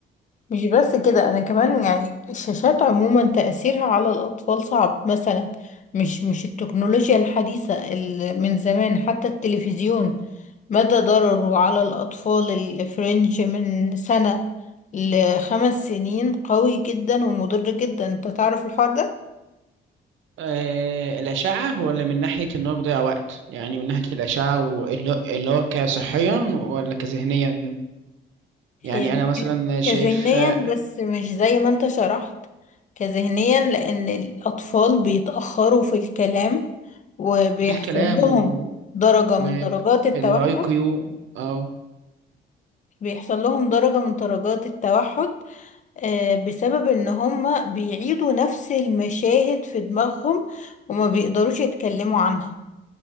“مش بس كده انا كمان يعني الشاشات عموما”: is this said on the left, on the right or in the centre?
Left